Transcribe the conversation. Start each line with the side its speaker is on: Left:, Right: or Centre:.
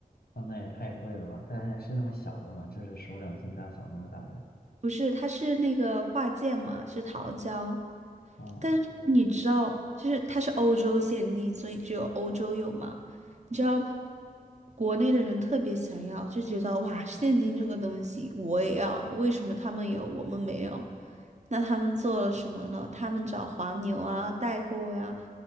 Left: 啊，那也太贵了吧？它还是那么小的嘛，就是手掌心大小那么大的。
Right: 不是，它是那个挂件嘛，是桃胶，
Left: 哦，
Right: 但是你知道，就是它是欧洲限定，所以只有欧洲有嘛。你知道，国内的人特别想要，就觉得哇，现金这个东西我也要，为什么他们有我们没有？那他们做了什么呢？他们找黄牛啊、代购呀、